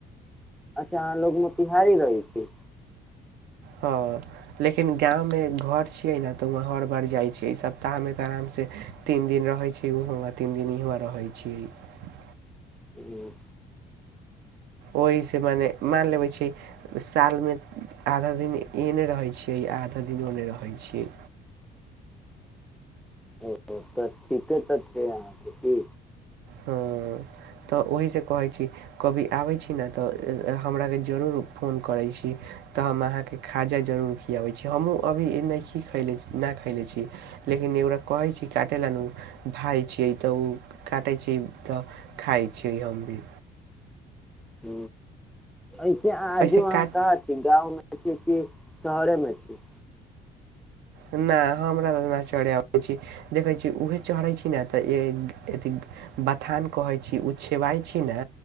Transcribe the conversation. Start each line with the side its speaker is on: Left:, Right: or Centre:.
Centre: अच्छा अहाँ लोग मोतिहारी रहै छी
Right: हँ लेकिन गाँवमे घर छियै ने तऽ वह हर बार जाइ छियै सप्ताहमे तऽ आरामसँ तीन दिन रहै छै ओहोमे तीन दिन इहआाँ रहै छियै
Centre: ह
Right: ओहीसँ मने मानि लेबै छै सालमे आधा दिन एने रहै छियै आधा दिन ओने रहै छियै
Centre: ओ तऽ ठीके तऽ छै अहाँके की
Right: हँ तऽ ओहीसँ कहैत छी कभी आबैत छी ने तऽ हमराकेँ जरूर फोन करैत छी तऽ हम अहाँके खाजा जरूर खियाबैत छी हमहूँ अभी नहि खीले नहि खैले छी लेकिन ओकरा कहै छी काटै लेलए भाय छियै तऽ ओ कटै छी तऽ खाइ छी हम भी
Centre: ह ऐसे आज
Right: ऐसे
Centre: अहाँ
Right: काट
Centre: कह छी गाँव मे शहरे मे छै
Right: नहि हमरा तऽना चढ़ अबैत छी देखैत छी उएहे चढ़ैत छी ने तऽ अथ बथान कहैत छी ओ छेबइत छी ने